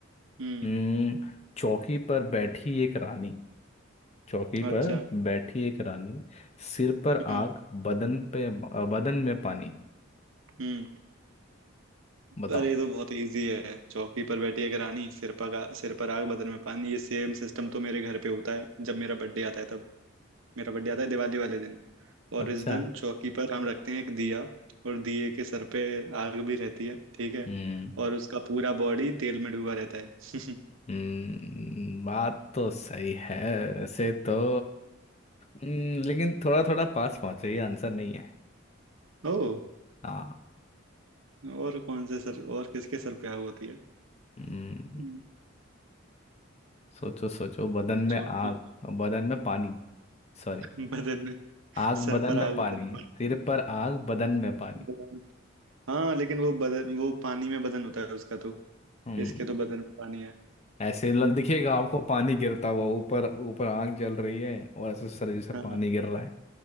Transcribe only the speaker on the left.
हम्म चौकी पर बैठी एक रानी चौकी
पर बैठी एक रानी सिर पर
आग बदन पे अ, बदन में पानी
बताओ
अच्छा
हम्म
हम्म बात तो सही है ऐसे तो हम्म, लेकिन थोड़ा थोड़ा पास पहुंचे ये आंसर नहीं है
हाँ
हम्म
सोचो सोचो बदन में
आग
बदन में पानी सॉरी
आग
बदन
में
पानी
सिर पर आग बदन में पानी
हम्म
ऐसे ल- दिखेगा आपको पानी गिरता हुआ ऊपर ऊपर आग जल रही है और ऐसे शरीर से
पानी गिर रहा है